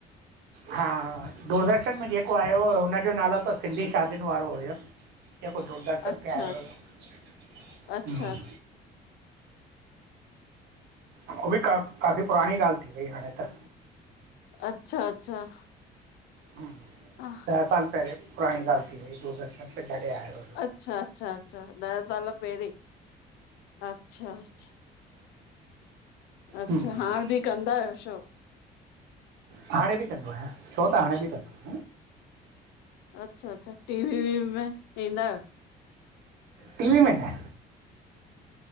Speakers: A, on the right (about 80°); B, on the left (about 80°).
A: हा। दूरदर्शन में जेको आयो हो, हुनजो नालो त सिंधी शादियुनि वारो हुयो। जेको दूरदर्शन
B: अच्छा
A: ते आयो
B: अच्छा
A: हुयो।
B: अच्छा
A: उहो बि का काफ़ी पुराणी ॻाल्हि थी वई हाणे त।
B: अच्छा अच्छा।
A: हम्म
B: अच्छा
A: ॾह साल पहिले पुराणी ॻाल थी वई दूरदर्शन पहले आयो हो।
B: अच्छा अच्छा अच्छा ॾह साल पहिरीं अच्छा अच्छा अच्छा,
A: हम्म
B: हाण बि कंदा आहियो शो?
A: हाणे बि कंदो आहियां। शो त हाणे बि कंदो आहियां।
B: अच्छा, अच्छा टीवी वीवी में ईंदा आहियो?
A: टीवी में न।